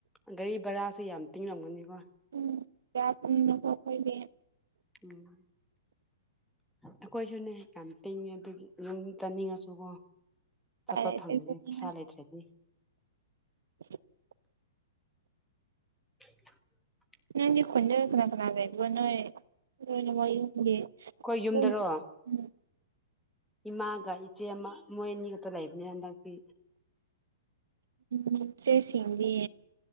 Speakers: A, in the centre; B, on the right.
A: ꯒꯥꯔꯤ ꯚꯔꯥꯁꯨ ꯌꯥꯝ ꯇꯤꯡꯂꯝꯒꯅꯤꯀꯣ
B: ꯎꯝ ꯌꯥ ꯄꯨꯅꯅꯕ ꯀꯩꯒꯦ
A: ꯎꯝ ꯑꯩꯈꯣꯏꯁꯨꯅꯦ ꯌꯥꯝ ꯇꯤꯡꯉꯤ ꯑꯗꯨꯒꯤ ꯌꯨꯝ ꯆꯥꯅꯤꯡꯉꯁꯨꯀꯣ
B: ꯎꯄꯥꯏ
A: ꯆꯠꯄ
B: ꯂꯩꯇꯦ
A: ꯐꯪꯅꯤꯦ
B: ꯆꯠꯅꯤꯡꯉꯁꯨ
A: ꯄꯩꯁꯥ ꯂꯩꯇ꯭ꯔꯗꯤ
B: <inaudible>
A: <inaudible>
B: ꯅꯪ ꯌꯦꯦ ꯈꯣꯏꯅ ꯀꯅꯥ ꯀꯅꯥꯔꯦꯕꯨ ꯅꯣꯏ ꯅꯣꯏ ꯅꯃ ꯌꯨꯝꯒꯤ
A: ꯑꯩꯣꯏ ꯌꯨꯝꯗꯔꯣ
B: ꯅꯣꯏꯅ ꯎꯝ
A: ꯏꯃꯥꯒ ꯏꯆꯦ ꯑꯃ ꯃꯣꯏ ꯑꯅꯤꯒꯛꯇ ꯂꯩꯕꯅꯤ ꯍꯟꯗꯛꯇꯤ
B: ꯎꯝ ꯁꯦꯁꯤꯗꯤ